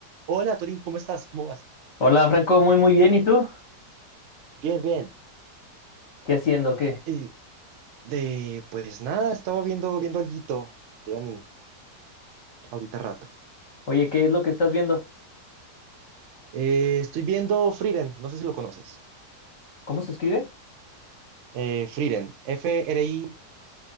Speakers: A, on the right; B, on the left.
A: Hola, Torín, ¿cómo estás? ¿Cómo vas?
B: Hola Franco, muy muy bien. ¿Y tú?
A: Bien, bien.
B: ¿Qué haciendo? ¿Qué?
A: Eh, de, pues nada, estaba viendo, viendo alguito de anime ahorita rato.
B: Oye, ¿qué es lo que estás viendo?
A: Eh, estoy viendo Frieren, no sé si lo conoces.
B: ¿Cómo se escribe?
A: Eh, Frieren, F-R-I,